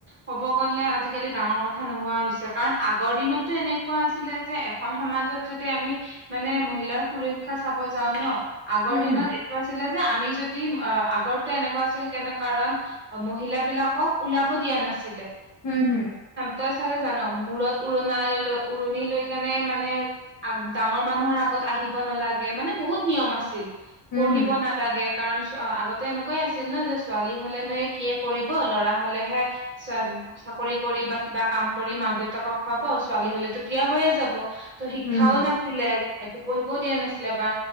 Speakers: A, on the right (about 25°); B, on the left (about 45°).
A: ক'ব গ'লে আজিকালি ডাঙৰ কথা নোহোৱা হৈছে কাৰণ আগৰ দিনতো এনেকুৱা আছিলে যে সমাজত যদি আমি মানে মহিলাৰ সুৰক্ষা চাব যাওঁ ন আগৰ
B: উম
A: দিনত
B: হুম,
A: এইটো আছিলে যে আমি যদি আগত এনেকুৱা আছিল কেনে কাৰণ মহিলা বিলাকক ওলাব দিয়া নাছিলে
B: উম হুম,
A: তই চাগে জান মূৰত উৰণ ল উৰণি লৈ কেনে মানে ডাঙৰ মানুহৰ আগত আহিব নালাগে মানে বহুত নিয়ম আছিল
B: উম
A: পঢ়িব
B: হুম,
A: ন লাগে কাৰণ আগতে এনেকুৱাই আছিল ন যে ছোৱালী হলেনো এই কিয় কৰিব ল'ৰা হলেহে চাৰ <unintelligible> চাকৰি কৰি বা কিবা কাম কৰি মাক দেউতাকক খুৱাব ছোৱালী হলেতো বিয়া হৈয়ে যাব। ত শিক্ষাও
B: উম হুম।
A: নাছিলে একো পঢ়িবও দিয়া নাছিলে বা